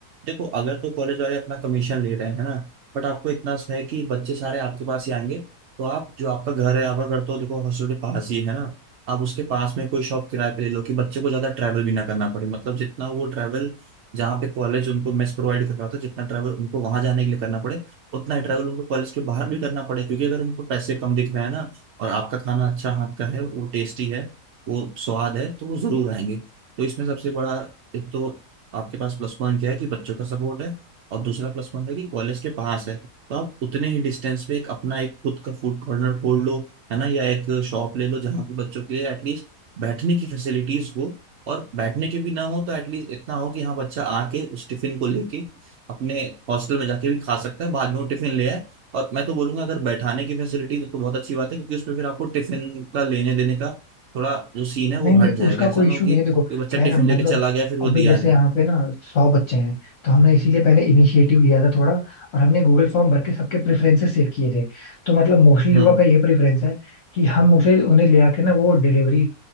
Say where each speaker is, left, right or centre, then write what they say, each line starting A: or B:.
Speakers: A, on the right; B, on the left.
A: देखो अगर तो कॉलेज वाले अपना कमीशन ले रहे हैं है ना बट आपको इतना सा है कि बच्चे सारे आपके पास ही आएंगे तो आप जो आपका घर है आपका घर तो देखो हॉस्टल के पास ही है ना आप उसके पास में कोई शॉप किराए पे ले लो कि बच्चे को ज्यादा ट्रैवल भी ना करना पड़े मतलब जितना वो ट्रैवल जहाँ पे कॉलेज उनको मेस प्रोवाइड कर रहा था जितना ट्रैवल उनको वहां जाने के लिए करना पड़े उतना ही ट्रैवल उनको कॉलेज के बाहर भी करना पड़े क्योंकि अगर उनको पैसे कम दिख रहे हैं ना और आपका खाना अच्छा हाथ का है वो टेस्टी है वो स्वाद है तो वो जरूर आएंगे तो इसमें सबसे बड़ा एक तो आपके पास प्लस पॉइंट क्या है कि बच्चों का सपोर्ट है और दूसरा प्लस पॉइंट है कि कॉलेज के पास है तो आप उतने ही डिस्टेंस पे एक अपना एक खुद का फूड कॉर्नर खोल लो है ना या एक शॉप ले लो जहाँ पे बच्चों के लिए एटलीस्ट बैठने की फैसिलिटीज हो और बैठने के भी ना हो तो एटलीस्ट इतना हो कि हाँ बच्चा आके उस टिफिन को लेके अपने हॉस्टल में जाके भी खा सकता है बाद में वो टिफिन ले आए और मैं तो बोलूंगा अगर बैठाने की फैसिलिटी तो, तो बहुत अच्छी बात है क्योंकि उसमें फिर आपको टिफिन का लेने देने का थोड़ा जो सीन है वो
B: नहीं नहीं
A: हट जाएगा
B: उसका
A: ऐसा
B: कोई
A: ना
B: इशू
A: हो कि,
B: नहीं
A: कि
B: है देखो
A: बच्चा
B: क्या
A: टिफिन
B: है ना मतलब
A: लेके चला गया फिर वो
B: अभी
A: दिया
B: जैसे
A: नहीं
B: यहाँ पे ना सौ बच्चे हैं तो हमने इसीलिए पहले इनिशिएटिव लिया था थोड़ा और हमने गूगल फॉर्म भर के सबके प्रेफरेंसेस सेव किए थे तो मतलब मोस्टली लोगों
A: हम्म
B: का ये प्रेफरेंस है कि हम उसे उन्हें ले आके ना वो डिलीवरी